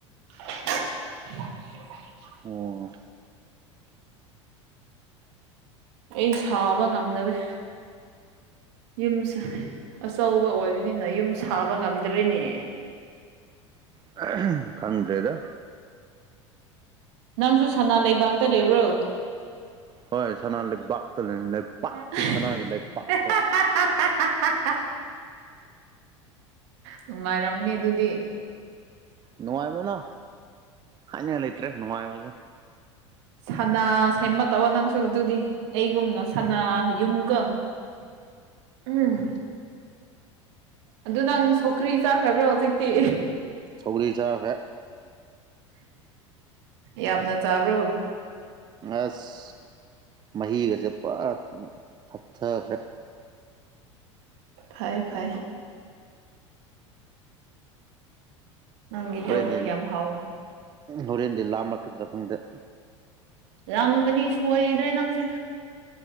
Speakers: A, on the right; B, on the right.
A: <unintelligible>
B: ꯑꯣ
A: ꯑꯩ ꯁꯥꯕ ꯉꯝꯗꯕꯦ ꯌꯨꯝꯁ ꯑꯆꯧꯕ ꯑꯣꯏꯕꯅꯤꯅ ꯌꯨꯝ ꯁꯥꯕ ꯉꯝꯗ꯭ꯔꯤꯅꯦ
B: ꯑ ꯈꯪꯗ꯭ꯔꯦꯗ
A: ꯅꯪꯁꯨ ꯁꯅꯥ ꯂꯩꯕꯥꯛꯇ ꯂꯩꯕ꯭ꯔꯣ <inaudible>
B: ꯍꯣꯏ ꯁꯅꯥ ꯂꯩꯕꯥꯛꯇ ꯂꯩꯄꯥꯛꯀꯤ ꯁꯅꯥꯒꯤ ꯂꯩꯄꯥꯛꯇ
A: ꯅꯨꯡꯉꯥꯏꯔꯝꯅꯦ ꯑꯗꯨꯗꯤ
B: ꯅꯨꯡꯉꯥꯏꯕꯅ ꯍꯥꯏꯅꯤꯡꯉꯥꯏ ꯂꯩꯇ꯭ꯔꯦ ꯅꯨꯡꯉꯥꯏꯕꯁꯦ
A: ꯁꯥꯅꯥ ꯁꯦꯝꯃ ꯇꯧꯕ ꯅꯪꯁꯨ ꯑꯗꯨꯗꯤ ꯑꯩꯒꯨꯝꯅ ꯁꯅꯥ ꯌꯨꯝꯒ ꯎꯝ ꯑꯗꯨ ꯅꯪ ꯁꯣꯈ꯭ꯔꯤ ꯆꯥꯈ꯭ꯔꯕ꯭ꯔꯣ ꯍꯧꯖꯤꯛꯇꯤ
B: ꯁꯧꯔꯤ ꯆꯈꯦ
A: ꯌꯥꯝꯅ ꯆꯥꯕ꯭ꯔꯣ
B: ꯑꯁ ꯃꯍꯤꯒꯁꯦ ꯄꯨꯔꯥ ꯊꯛꯊꯈ꯭ꯔꯦ
A: ꯐꯩ ꯐꯩ ꯅꯪꯒꯤꯗꯣ
B: ꯍꯣꯔꯦꯟꯗꯤ
A: ꯌꯥꯝ ꯍꯥꯎꯔꯝꯅꯤ
B: ꯍꯣꯔꯦꯟꯗꯤ ꯂꯥꯝꯂꯛꯀꯗ꯭ꯔꯥ ꯈꯪꯗꯦ
A: ꯌꯥꯝꯒꯅꯤ ꯁꯣꯏꯗ꯭ꯔꯦ ꯅꯪꯁꯦ